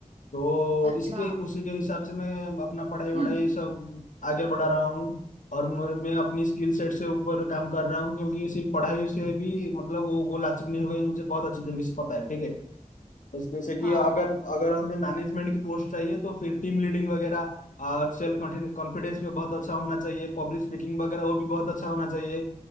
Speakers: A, on the left; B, on the right.
A: तो
B: अच्छा
A: इसी के
B: <clears throat>
A: उसी के हिसाब से मैं अपना पढ़ाई वढ़ाई
B: हम्म,
A: सब आगे बढ़ा रहा हूँ और मेरे- मैं अपनी स्किल सेट से ऊपर काम कर रहा हूँ क्योंकि सिर्फ पढ़ाई से भी मतलब वो गोल अचीव नहीं होगा ये मुझे बहुत अच्छी तरीके से पता है ठीक है बस जैसे कि
B: हाँ
A: अगर अगर हमें मैनेजमेंट की पोस्ट चाहिए तो फिर टीम लीडिंग वगैरह और सेल्फ कॉन्फिडेंस पे बहुत अच्छा होना चाहिए पब्लिक स्पीकिंग वगैरह वो भी बहुत अच्छा होना चाहिए